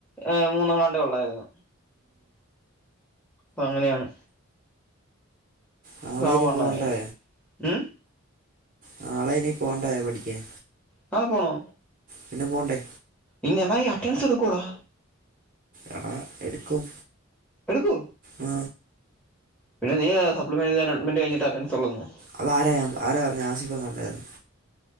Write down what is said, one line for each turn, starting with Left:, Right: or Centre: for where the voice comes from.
Centre: ഏഹ് മൂന്നാം ണ്ട ഉള്ളതായിരുന്നു അപ്പൊ അങ്ങനെയാണ്
Right: നാളെ
Centre: പാവം
Right: ഇനി
Centre: അണ്ണൻ
Right: പോകണ്ടേ
Centre: ഉം
Right: നാളെ ഇനി പോവണ്ടായോ പഠിക്കാൻ
Centre: നാളെ പോണോ
Right: പിന്നെ പോകണ്ടേ
Centre: ഇന്നെടാ ഈ അറ്റൻസ് എടുകൂടാ
Right: എടാ എടുക്കും
Centre: എടുക്കോ
Right: ആ
Centre: പിന്നെ നീ സപ്ലി മാനേജർ അഡ്മെന്റ് കഴിഞ്ഞിട്ട് അറ്റൻസ് ഉള്ളൂന്ന്
Right: അത് ആരാ ആരാ പറഞ്ഞു ആസിഫ് ങ്ങണ്ടായിരുന്നു